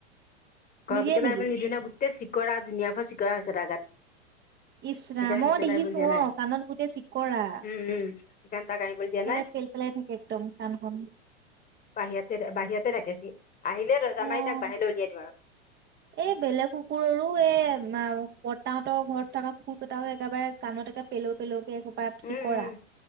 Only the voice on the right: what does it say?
নিদিয়ে
নেকি?
ইচ্
ৰাম অ,
দেখিছো
অ কাণত গোটেই চিকৰা।
একেবাৰে
পেল পেলাই থাকে একদম কাণখন।
অ'
এই বেলেগ কুকুৰৰো এই বৰতাহঁতৰ ঘৰত থকা কুকুৰ কেইটাও একেবাৰে কাণত পেলও-পেলওকে এখোপা চিকৰা।